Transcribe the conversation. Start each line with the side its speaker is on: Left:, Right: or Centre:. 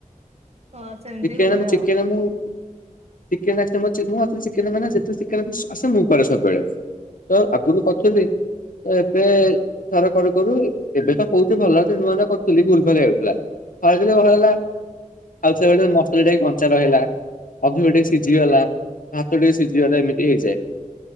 Right: ହଁ ସେମିତି
Left: ଚିକେନ୍
Right: ହୁଏ
Left: ମୁଁ
Right: ଆଉ।
Left: ଚିକେନ୍ ମୁଁ ଚିକେନ୍ ଆସିଲେ ମୁଁ ଚିକେନ ମାନେ ମୁଁ ଯେତେ ଚିକେନ ମୁଁ କରେ ସବୁବେଳେ। ତ ଆଗରୁ କରିିଥିଲି ତ ଏବେ ଘରେ କରୁ କରୁ ଏବେ ତ କୋହୁଚି ଭଲ ଅଛି ନୂଆ ନୂଆ କରୁଥିଲି ଭୁଲ ଭାଲେ ହୋଉଥିଲା ଖଲେ ଭଲ ହେଲା। ଆଉ ସେବେଳେ ମସଲା ଟିକେ କଞ୍ଚା ରହିଗଲା ଅଧିକ ଟିକେ ସିଝିଗଲା ଭାତ ଟିକେ ସିଝିଗଲେ ଏମିତି ହେଇଯାଏ।